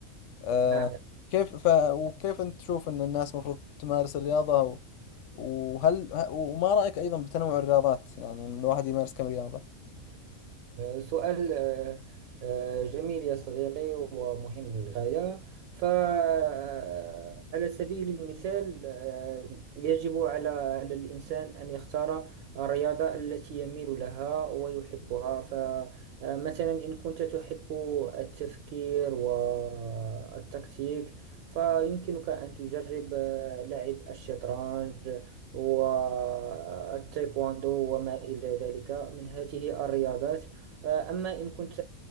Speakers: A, on the left; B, on the right.
A: آه،
B: نعم
A: كيف ف... وكيف أنت تشوف أن الناس المفروض تمارس الرياضة و... وهل ه- وما رأيك أيضا بتنوع الرياضات يعني إن الواحد يمارس كم رياضة
B: سؤال آه، آه، جميل يا صديقي ومهم للغاية فعلى سبيل المثال آه، يجب على على الإنسان أن يختار الرياضة التي يميل لها ويحبها فمثلا إن كنت تحب التفكير والتكتيك فيمكنك أن تجرب آه، لعب الشطرنج والتايكواندو وما إلى ذلك من هذه الرياضات آه، أما إن كنت